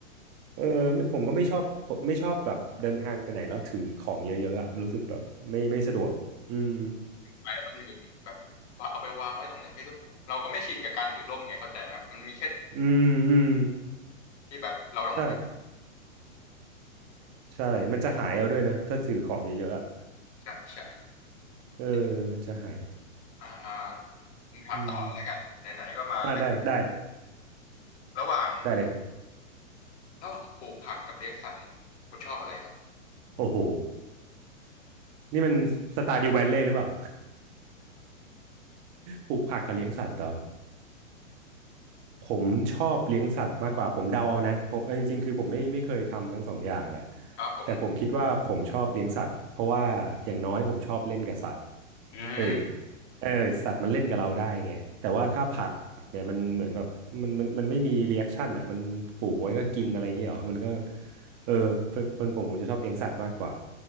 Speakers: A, on the right; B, on the left.
A: เออไม่ผมก็ไม่ชอบผมไม่ชอบแบบเดินทางไปไหนแล้วถือของเยอะๆอ่ะมันรู้สึกแบบไม่ไม่สะดวกอืม
B: <laughs> ไปแล้วมันลืมแบบว่าเอาไปวางไว้ตรงไหนไม่รู้เราก็ไม่ชินกับการถือร่มไงเข้าใจไหมมันมีแค่
A: อืมอืม
B: ที่แบบเราต้องถือ
A: ใช่ใช่มันจะหายเอาด้วยนะถ้าถือของเยอะๆอ่ะ
B: ใช่ใช่ที่
A: เออมันจะหาย
B: อ่าคุณถามต่อเลยแล้วกันไหนๆก็มาเรื่อง
A: อืมอ่าได้ได้
B: ระหว่าง
A: ได้เลยครับ
B: ระหว่างปลูกผักกับเลี้ยงสัตว์เนี่ยคุณชอบอะไรครับ
A: โอ้โหนี่มันสตาร์ดิวแวลเลย์หรือเปล่า ปลูกผักกับเลี้ยงสัตว์เหรอผมชอบเลี้ยงสัตว์มากกว่าผมเดาเอานะผมเออจริงๆคือผมไม่ไม่เคยทำทั้งสองอย่างแหละ
B: <laughs> ครับผม
A: แต่ผมคิดว่าผมชอบเลี้ยงสัตว์เพราะว่าอย่างน้อยผมชอบเล่นกับสัตว์
B: อืม
A: เออเออสัตว์มันเล่นกับเราได้ไงแต่ว่าถ้าผักเนี่ยมันเหมือนแบบมันมันมันไม่มีรีแอคชั่นอ่ะมันปลูกไว้ก็กินอะไรอย่างเงี้ยเหรอมันก็เออเป็นผมผมจะชอบเลี้ยงสัตว์มากกว่า